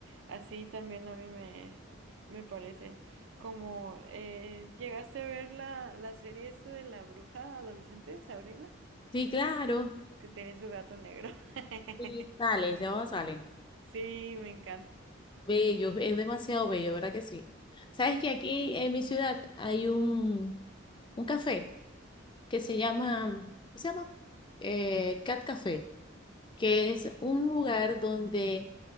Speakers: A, on the right; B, on the left.
A: Así también a mí me, me parece. Como eh, llegaste a ver la, la serie esta de la bruja adolescente, Sabrina,
B: Sí, claro.
A: que tiene su gato negro. <laughs>
B: Sí, salen, se van, salen.
A: Sí, me encanta.
B: Bellos, es demasiado bello, ¿verdad que sí? Sabes
A: Sí.
B: que aquí en mi ciudad hay un, un café que se llama, ¿cómo se llama? Eh, Cat Café, que es un lugar donde